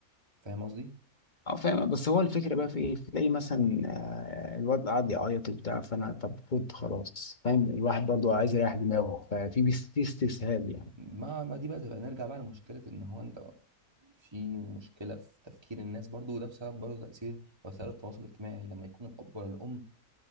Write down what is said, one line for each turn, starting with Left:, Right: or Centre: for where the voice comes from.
Right: فاهم قصدي؟
Left: اه فاهم بس هو الفكره بقى في ايه تلاقي مثلا آه، الواد قاعد يعيط وبتاع فانا طب خد خلاص فاهم الواحد برضه عايز يريح دماغه ففي بيس- في استسهال يعني
Right: ما ما دي بقى تبقى نرجع بقى لمشكلة إن هو أنت في مشكلة في تفكير الناس برضو وده بسبب برضو تأثير وسائل التواصل الاجتماعي لما يكون الأب ولا الأم